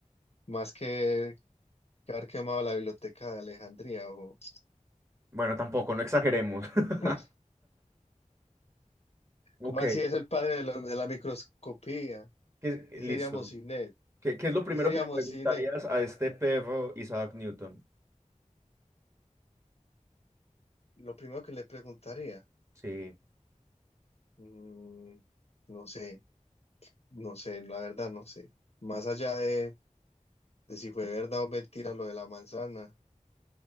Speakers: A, on the left (about 50°); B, on the right (about 20°).
A: Más que, que haber quemado la biblioteca de Alejandría o
B: Bueno, tampoco, no exageremos. <laughs>
A: <laughs>
B: Ok,
A: ¿Cómo así es el padre de, lo- de la microscopía?
B: que-
A: ¿Qué
B: listo.
A: seríamos sin él?
B: ¿Qué, qué es lo primero
A: ¿Qué seríamos
B: que le preguntarías
A: sin él?
B: a este perro Isaac Newton?
A: Lo primero que le preguntaría,
B: Sí,
A: mm, no sé, no sé, la verdad no sé. Más allá de de si fue verdad o mentira lo de la manzana.